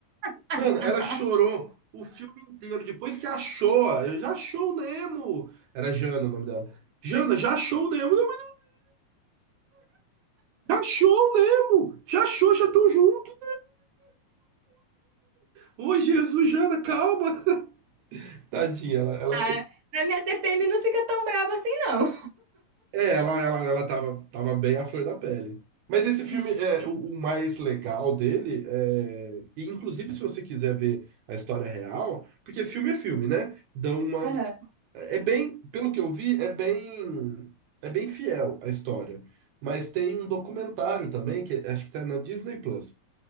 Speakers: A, on the right (about 35°); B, on the right (about 80°).
A: <laughs>
B: Mano, ela chorou o filme inteiro. Depois que achou, eu já achou o Nemo. Era Jana o nome dela. Jana, já achou o Nemo? Não, mas já achou o Nemo? Já achou, já estão juntos. Ô, Jesus, Jana, calma. <laughs> Tadinha, ela, ela
A: Ah, na minha TPM não fica tão braba assim, não.
B: É, ela, ela, ela tava, tava bem à flor da pele. Mas esse filme,
A: <laughs>
B: é o, o mais legal dele, é... e inclusive se você quiser ver a história real, porque filme é filme, né? Dão uma...
A: Aham.
B: É bem, pelo que eu vi, é bem, é bem fiel a história. Mas tem um documentário também, que acho que tá na Disney Plus,